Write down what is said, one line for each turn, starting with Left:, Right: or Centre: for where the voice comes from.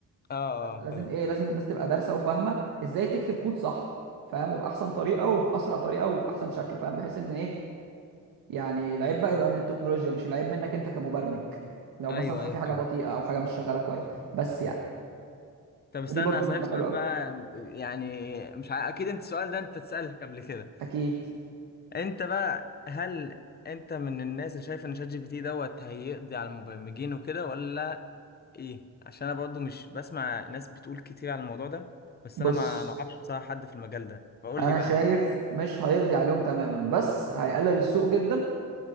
Left: اه اه
Right: لازم
Left: فاهم
Right: ايه لازم الناس تبقى دارسه وفاهمه ازاي تكتب كود صح فاهم وباحسن طريقه وباسرع طريقه واحسن شكل فاهم بحيث ان ايه يعني العيب بقى يبقى من التكنولوجيا مش العيب منك انت كمبرمج لو
Left: ايوه
Right: مثلا في
Left: ايوه فاهم
Right: حاجه بطيئه او حاجه مش شغاله كويس بس يعني
Left: طب استنى
Right: فدي برضو
Left: هسألك
Right: ماده
Left: سؤال
Right: حلوه
Left: بقى
Right: قوي
Left: يعني مش ع... اكيد انت السؤال ده انت تسألك قبل كده
Right: اكيد
Left: انت بقى هل انت من الناس اللي شايف ان شات جي بي تي دوت هيقضي على المبرمجين وكده ولا ايه عشان انا برضو مش بسمع ناس بتقول كتير على الموضوع ده بس
Right: بص
Left: انا ما ما اعرفش بصراحة حد في المجال ده فقول
Right: انا
Left: لي بقى
Right: شايف مش هيقضي عليهم تماما بس هيقلل السوق جدا